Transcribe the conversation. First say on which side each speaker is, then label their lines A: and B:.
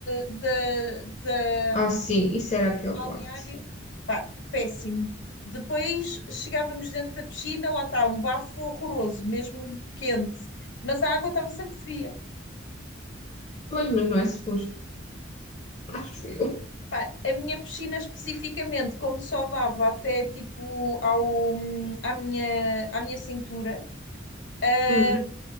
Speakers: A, on the left; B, on the left.
A: de, de
B: Ah, sim, isso era a pior
A: balneário.
B: parte.
A: Pá, péssimo. Depois chegávamos dentro da piscina, lá está, um bafo horroroso, mesmo quente, mas a água estava sempre fria.
B: Pois, mas não é suposto. Acho eu.
A: Pá, a minha piscina especificamente, como só dava até tipo ao, à minha, à minha cintura, ah,
B: Hum,